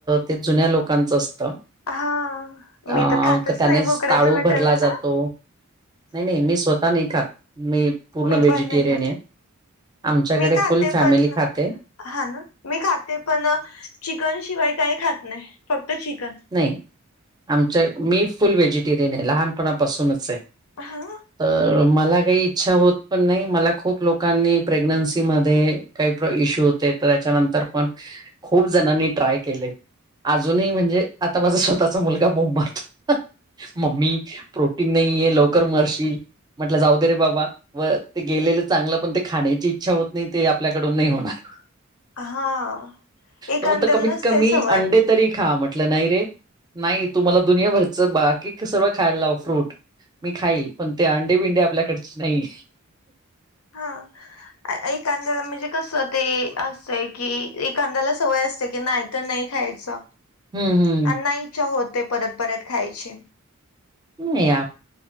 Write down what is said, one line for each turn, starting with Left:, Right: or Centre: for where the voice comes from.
Right: ते जुन्या लोकांचं असतं
Left: हा
Right: अ
Left: मी तर खातच
Right: त्याने
Left: नाही बोकड्याचं
Right: ताळू
Left: मटण
Right: भरला
Left: म्हणा
Right: जातो नाही नाही मी स्वतः नाही खात मी पूर्ण
Left: मी
Right: व्हेजिटेरियन
Left: पण नाही खात.
Right: आहे आमच्याकडे
Left: मी खाते
Right: फुल फॅमिली
Left: पण
Right: खाते
Left: हा ना मी खाते पण चिकन शिवाय काही खात नाही फक्त चिकन
Right: नाही आमच्या मी फुल व्हेजिटेरियन आहे लहानपणापासूनच आहे
Left: हा
Right: तर मला काही इच्छा होत पण नाही मला खूप लोकांनी प्रेग्नन्सी मध्ये काही प्र इश्यू तर त्याच्यानंतर पण खूप जणांनी ट्राय केले अजूनही म्हणजे आता माझा स्वतःचा मुलगा मो मारतो मम्मी प्रोटीन नाही आहेे लवकर मरशील म्हटलं जाऊ दे रे बाबा व ते गेलेलं चांगलं पण ते खाण्याची इच्छा होत नाही ते आपल्याकडून नाही होणार
Left: हा एखांद्याला
Right: त म्हणत कमीत
Left: नसते
Right: कमी
Left: सवय
Right: अंडे तरी खा म्हट म्हलं नाही रे नाही तुम्हाला दुनियाभरच बाकी सर्वं खायला लाव फ्रूट मी खाईल पण ते अंडे बिंडे आपल्याकडच नाही <inaudible>
Left: हा. एखांद्याला म्हणजे कस ते असतंय की एखाद्याला सवय असते की नाही तर नाही खायच आणि
Right: हम्म, हम्म.
Left: नाही इच्छा होते परत परत खायची
Right: नाही आप